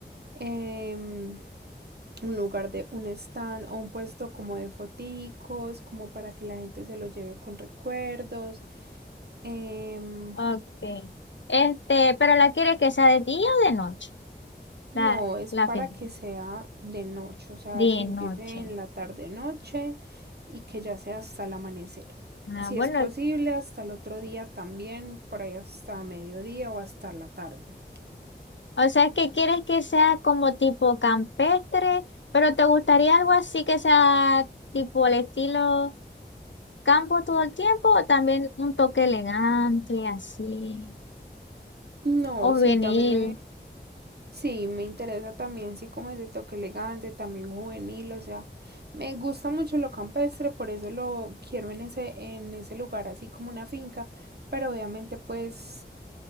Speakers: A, on the right; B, on the left.
A: Em, un lugar de un stand o un puesto como de foticos, como para que la gente se lo lleve con recuerdos. Em,
B: Ok. Este, pero la quieres que sea de día o de noche?
A: no,
B: La,
A: es
B: la
A: para
B: fe
A: que sea de noche, o sea,
B: de
A: que empiece
B: noche.
A: en la tarde-noche y que ya sea hasta el amanecer.
B: Ah,
A: Si
B: bueno,
A: es posible, hasta el otro día también, por ahí hasta mediodía o hasta la tarde.
B: o sea, que quieres que sea como tipo campestre, pero ¿te gustaría algo así que sea tipo el estilo campo todo el tiempo o también un toque elegante así?
A: No,
B: O
A: sí,
B: vinil.
A: también me Sí, me interesa también, sí, como ese toque elegante, también juvenil, o sea, me gusta mucho lo campestre, por eso lo quiero en ese, en ese lugar, así como una finca, pero obviamente pues